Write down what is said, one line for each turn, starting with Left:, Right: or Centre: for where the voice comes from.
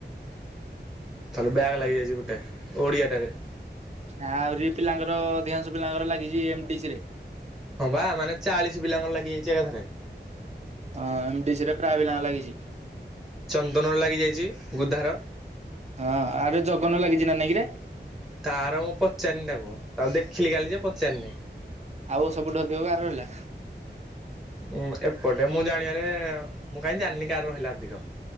Centre: <inaudible> ବ୍ୟାକ୍ ଲାଗିଯାଇଚି ଗୁଟେ। ଓଡ଼ିଆ ଟାରେ।
Right: ଆଉରି ପିଲାଙ୍କର ଅଧିକାଂଶ ପିଲାଙ୍କର ଲାଗିଚି ଏମ ଡି ସି ରେ।
Centre: ହଁ ବା ମାନେ ଚାଳିଶ ପିଲାଙ୍କର ଲାଗି ଯାଇଚି ଏକାଥରେ।
Right: ହଁ ଏମ ଡି ସି ରେ ପ୍ରାୟ ପିଲାଙ୍କର ଲାଗିଛି।
Centre: ଚନ୍ଦନ ର ଲାଗିଯାଇଚି। ଗୁଧାର।
Right: ହଁ ଆରେ ଜଗନ ଲାଗିଛି ନା ନାଇଁ କିରେ?
Centre: ତାର ମୁଁ ପଚାରିନି ତାକୁ। ତାକୁ ଦେ ଥିଲି କାଲି ଯେ ପଚାରନି।
Right: ଆଉ ସବୁଠୁ ଅଧକ କାହାର ରହିଲା?
Centre: ଉଁ, ଏପଟେ ମୁଁ ଜାଣିବାରେ ମୁଁ କାହିଁକି ଜାଣିନି କାର ରହିଲା ଅଧିକ।